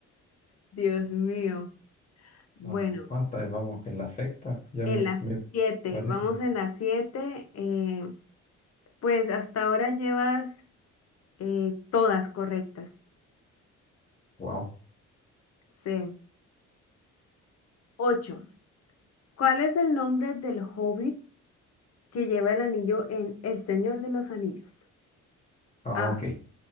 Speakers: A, on the left; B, on the left.
A: Dios mío. Bueno,
B: vamos. ¿Cuántas vamos? ¿En la sexta? Ya
A: en
B: me,
A: las
B: me
A: siete.
B: parece.
A: Vamos en las siete. Eh, pues hasta ahora llevas eh, todas correctas.
B: Wow.
A: C. 8. ¿Cuál es el nombre del hobbit que lleva el anillo en El Señor de los Anillos?
B: Ah,
A: A.
B: ok.